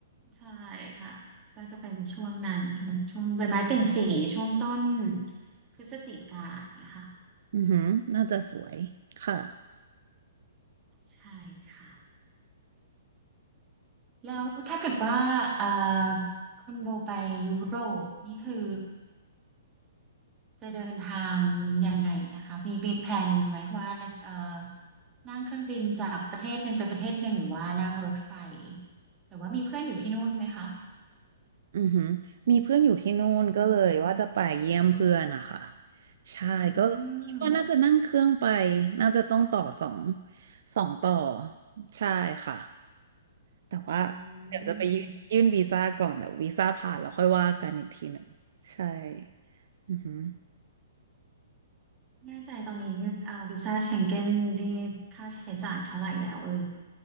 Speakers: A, on the right (about 20°); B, on the right (about 65°).
A: ใช่ค่ะก็จะเป็นช่วงนั้นค่ะช่วงใบไม้เปลี่ยนสีช่วงต้นพฤศจิกาเนี่ยค่ะ
B: อือหือน่าจะสวยค่ะ
A: ใช่ค่ะ แล้วถ้าเกิดว่าอ่าคุณโบไปยุโรปนี่คือจะเดินทางยังไงนะคะมีมีแพลนไหมว่าเอ่อนั่งเครื่องบินจากประเทศหนึ่งไปประเทศหนึ่งหรือว่านั่งรถไฟหรือว่ามีเพื่อนอยู่ที่นู่นไหมคะ
B: อือหือมีเพื่อนอยู่ที่นู่นก็เลยว่าจะไปเยี่ยมเพื่อนนะคะใช่ก็คิดว่าน่าจะนั่งเครื่องไป
A: อืม
B: น่าจะต้องต่อสองสองต่อใช่ค่ะแต่ว่าเดี๋ยวจะไปยื่นยื่นวีซ่าก่อนเดี๋ยววีซ่าผ่านแล้วค่อยว่ากันอีกทีหนึ่งใช่
A: อืม
B: อือหือ
A: แน่ใจตอนนี้เอ่ยอาวีซ่าเชงเก้นนี่ค่าใช้จ่ายเท่าไหร่แล้วเอ่ย